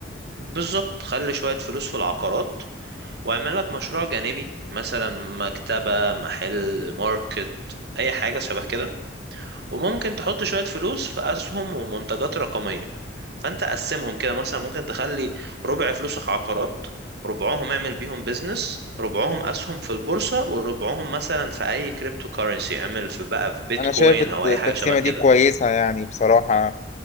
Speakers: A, on the right; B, on the left.
A: بالظبط خلي شوية فلوس في العقارات واعمل لك مشروع جانبي مثلا مكتبة محل ماركت اي حاجة شبه كده وممكن تحط شوية فلوس في أسهم ومنتجات رقمية فأنت قسمهم كده مثلا ممكن تخلي ربع فلوسك عقارات ربعهم اعمل بيهم بيزنس ربعهم أسهم في البورصة وربعهم مثلا في أي كريبتو كارنسي اعمل في بقى في بيتكوين
B: انا شايف الت-
A: أو
B: التقسيمه
A: أي حاجة شبه كده
B: دي كويسه يعني بصراحه